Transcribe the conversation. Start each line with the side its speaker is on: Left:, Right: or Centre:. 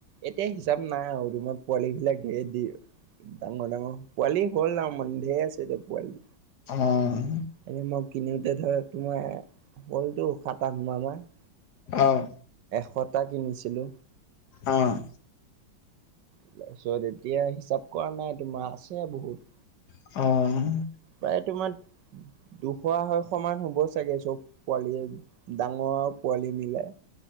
Right: এতিয়া হিচাপ নাই আৰু <unintelligible> পোৱালি বিলাক <unintelligible> ডাঙৰ ডাঙৰ, পোৱালি হ'ল আও, মানে ঢেৰ আছে এতিয়া পোৱালি।
Left: অ'।
Right: এনে মই কিনোতে ধৰা তোমাৰ হ'লটো সাত আঠ মাহমান।
Left: অ'।
Right: কঠা কিনিছিলো।
Left: অ'।
Right: তাৰপিছত এতিয়া হিচাপ কৰা নাই তোমাৰ আছে বহুত।
Left: অ'।
Right: প্ৰায় তোমাৰ দুশ আঢ়ৈশ মান হ'ব চাগে চব পোৱালীয়ে। ডাঙৰ পোৱালি মিলাই।